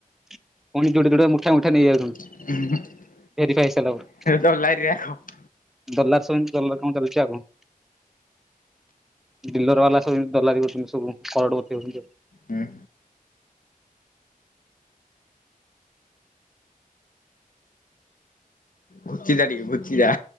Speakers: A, in the centre; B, on the left (about 65°).
A: ପୁଣି ଯୋଡେ ଯୋଡେ ମୁଠା ମୁଠା ନେଇ ଯାଉଛନ୍ତି।
B: <unintelligible>
A: ଭେରି ଫା ହେଇ ଶାଇଲା ପରେ।
B: <unintelligible>
A: ଦଲାର ସେମିତି ଦଲାର କାମ ଚାଲିଛି ଆଉ କଁ। ଡିଲର ବାଲା ସବୁ ଯେମତି ଦଲାରୀ ସବୁ କୋରଡପତି ହେଉଛନ୍ତି ଆଉ।
B: ହୁଁ ଘୁଚି ଯା ଟିକେ, ଘୁଚି ଯା।